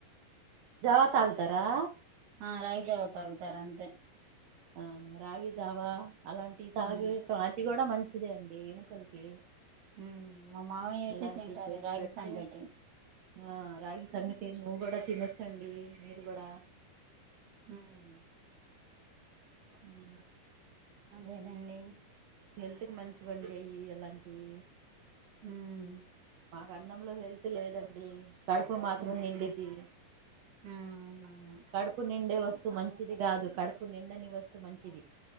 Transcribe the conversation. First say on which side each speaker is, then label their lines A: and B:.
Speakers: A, on the right; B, on the right.
A: జావ తాగుతారా
B: ఆ రాగి జావ తాగుతారు అంతే
A: ఆ రాగి జావా అలాంటివి తాగేటం
B: ఉమ్
A: అది కూడా మంచిదే అండి ఎముకలకి
B: హ్మ్ మా మావయ్య అయితే
A: అలాంటివి
B: తింటారు
A: చేసి
B: రాగి
A: పెడితే
B: సంకటి
A: ఆ రాగి సంగటి నువ్వు కూడా తినొచ్చండి మీరు కూడా
B: హ్మ్
A: హ్మ్
B: అదేనండి
A: హెల్త్ కి మంచివండి అయి అలాంటియి
B: హ్మ్
A: మాకు అన్నంలో హెల్త్ లేదండి కడుపు మాత్రం
B: ఉమ్
A: నిండిదీ
B: ఆ అవునవును
A: కడుపు నిండే వస్తు మంచిది కాదు కడుపు నిండని వస్తు మంచిది